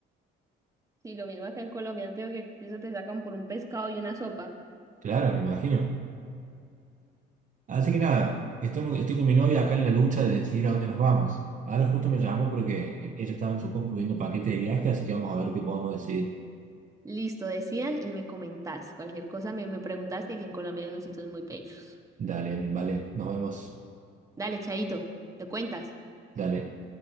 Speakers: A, on the right (about 15°); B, on the right (about 40°).
A: Sí, lo mismo acá en Colombia. No te digo que eso te sacan por un pescado y una sopa.
B: Claro, me imagino. Así que nada, estoy, estoy con mi novia acá en la lucha de decidir a dónde nos vamos. Ahora justo me llamó porque ella estaba en su compu viendo paquete de viaje, así que vamos a ver qué podemos decidir.
A: Listo, decidan y me comentás. Cualquier cosa me, me preguntás que aquí en Colombia hay unos sitios muy bellos.
B: Dale, vale, nos vemos.
A: Dale, Chaito, ¿te cuentas?
B: Dale.